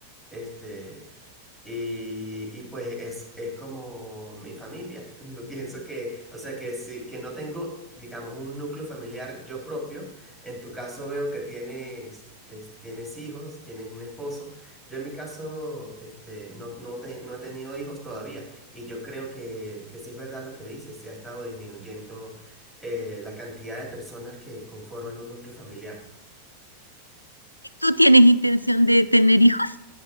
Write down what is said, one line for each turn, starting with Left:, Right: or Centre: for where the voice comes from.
Centre: Este, y, y pues es, es como mi familia. <laughs> No Pienso que, o sea, que sí, que no tengo, digamos, un núcleo familiar yo propio. En tu caso veo que tienes, es- tienes hijos, tienes un esposo. Yo en mi caso, este, no, no, te- no he tenido hijos todavía. Y yo creo que, que sí es verdad lo que dices, se ha estado disminuyendo eh, la cantidad de personas que conforman un núcleo familiar.
Left: ¿Tú tienes intención de tener hijos